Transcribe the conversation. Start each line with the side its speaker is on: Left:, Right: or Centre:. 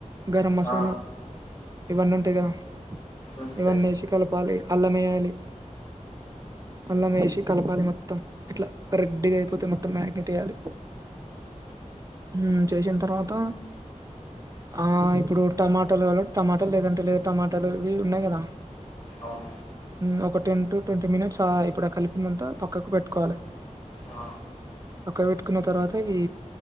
Right: గారం మసాలా
Left: ఆ
Right: ఇవ్వన్నీ ఉంటాయి. కదా
Left: అంతే
Right: ఇవ్వన్నీ వేసి కలపాలి. అల్లం వే లి అల్లం మేశి కలపాలి. మొ మొత్తం ఇట్లా రెడ్గా అయి పోతే మొత్తం మ్యాగ్నేట్ ఎయ్యాలి. హ్మ్ చేసిన తర్వాత ఆ ఇప్పుడు టమాటాలు కావాలంటే టమాటాలు లేదంటే లేదు టమాటాలు ఇవి ఉన్నాయి. కదా
Left: అవును
Right: హ్మ్ ఒక టెన్ టు ట్వంటీ మినిట్స్ ఆ ఇప్పుడు ఆ కలిపిందంతా పక్కకు పెట్టుకోవాలె
Left: ఆ
Right: పక్కకు పెట్టుకున్న తర్వాత ఈ